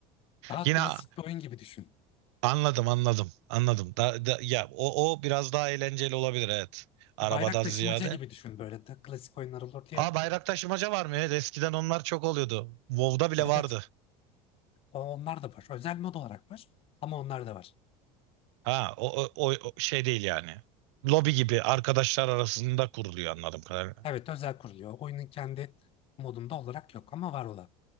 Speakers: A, on the left; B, on the right.
A: Daha
B: Yine
A: klasik
B: a-
A: bir oyun gibi düşün.
B: anladım anladım anladım. Da, da- ya o, o biraz daha eğlenceli olabilir evet. Arabadan
A: Bayrak
B: ziyade.
A: taşımaca gibi düşün böyle de klasik oyunlar olurdu
B: Aa
A: ya.
B: bayrak taşımaca var mı? Evet, eskiden onlar çok oluyordu. WoW'da bile
A: Evet
B: vardı.
A: evet. O- Onlar da var. Özel mod olarak var. Ama onlar da var.
B: Ha o, o, o o şey değil yani. Lobi gibi arkadaşlar arasında kuruluyor anladım kadarıyla.
A: Evet özel kuruluyor. Oyunun kendi modunda olarak yok ama var olan.